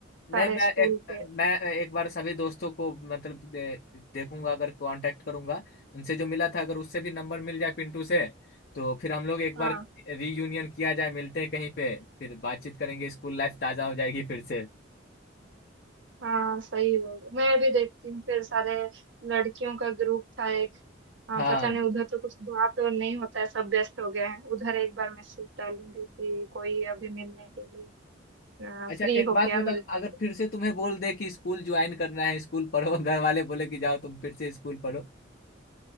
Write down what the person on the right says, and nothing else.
सारे
स्कूल
के
हाँ
हाँ सही बोल रहे हो। मैं भी देखती हूँ फिर सारे लड़कियों का ग्रुप था एक हाँ
पता नहीं उधर तो कुछ बात और नहीं होता है सब व्यस्त हो गए हैं उधर एक बार मैसेज डालूंगी कि कोई अभी मिलने के लिए
फ्री
हो
क्या
मिल सकते
हैं।